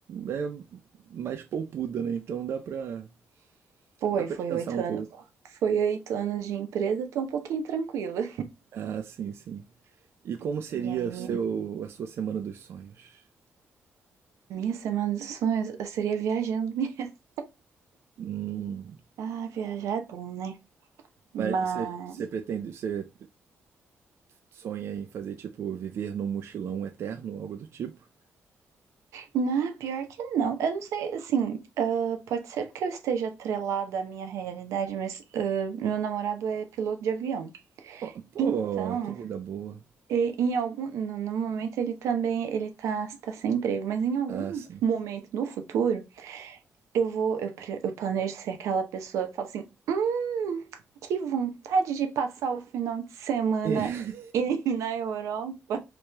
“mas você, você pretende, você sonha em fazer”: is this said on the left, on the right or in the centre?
Right